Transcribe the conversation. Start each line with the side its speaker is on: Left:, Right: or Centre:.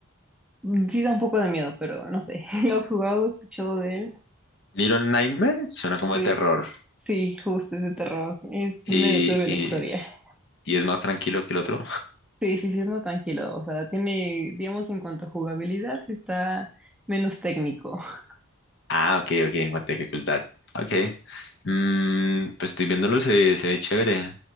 Centre: mm, sí da un poco de miedo, pero no sé. <laughs> Lo has jugado, ¿Has escuchado de él.
Left: Little Nightmares suena como
Centre: Sí,
Left: de terror
Centre: sí, justo ese terror. Es
Left: y,
Centre: medio turbio
Left: y,
Centre: la historia.
Left: y es más tranquilo que el otro.
Centre: Sí, sí, sí, es más tranquilo. O sea, tiene, digamos, en cuanto a jugabilidad, sí está menos técnico. <laughs>
Left: Ah, ok, ok, en cuanto a dificultad. Ok. Mm, pues estoy viéndolo, se ve, se ve chévere.